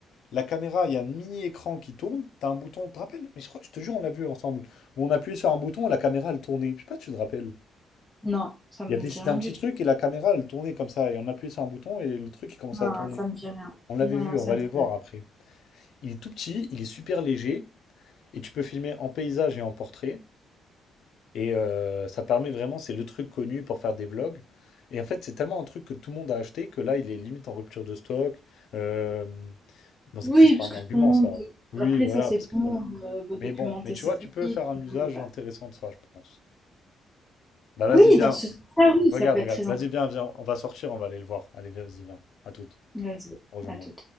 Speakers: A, on the left; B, in the centre.
A: La caméra, il y a un mini-écran qui tourne. T'as un bouton, tu te rappelles? Mais je crois que je te jure, on l'a vu ensemble. Où on appuyait sur un bouton et la caméra, elle tournait. Je sais pas si tu te rappelles.
B: Non, ça me
A: Il y avait,
B: dit
A: c'était
B: rien
A: un
B: du
A: petit
B: tout.
A: truc et la caméra, elle tournait comme ça. Et on appuyait sur un bouton et le truc, il commençait
B: Non,
A: à tourner.
B: ça me dit rien.
A: On l'avait
B: Non,
A: vu,
B: non, ça
A: on va
B: me
A: aller
B: dit
A: le voir
B: rien.
A: après. Il est tout petit, il est super léger, et tu peux filmer en paysage et en portrait. Et euh, ça permet vraiment, c'est le truc connu pour faire des vlogs. Et en fait, c'est tellement un truc que tout le monde a acheté que là, il est limite en rupture de stock. Euh, dans
B: Oui,
A: un presque
B: parce
A: pas un
B: que
A: argument,
B: tout le monde
A: ça.
B: veut-
A: Oui,
B: Après,
A: voilà,
B: ça, c'est
A: parce
B: tout
A: que
B: le monde
A: voilà.
B: euh, veut documenter
A: Mais bon, mais tu
B: sa
A: vois, tu peux
B: vie.
A: faire un
B: tout
A: usage
B: le monde, euh,
A: intéressant de ça, je pense. Bah vas-y,
B: Oui,
A: viens.
B: dans ce sens-là, oui,
A: Regarde,
B: ça peut
A: regarde.
B: être très
A: Vas-y,
B: intéressant.
A: viens, viens. On va sortir, on va aller le voir. Allez, vas-y, viens. À toutes.
B: Vas-y,
A: Rejoins-moi.
B: à tout.